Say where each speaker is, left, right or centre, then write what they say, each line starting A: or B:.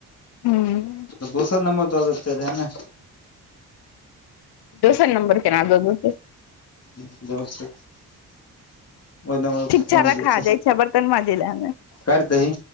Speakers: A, on the left (about 80°); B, on the left (about 40°).
A: हूँ।
B: तऽ दोसर नंबर द देतय रहे नऽ
A: दोसर नंबर केना दऽ देतय।
B: <unintelligible> ओहि नंबर
A: ठीक
B: पर फोन
A: छै रखा
B: जेतो
A: जाइ छै बर्तन माजे ले हमे
B: काटि दही।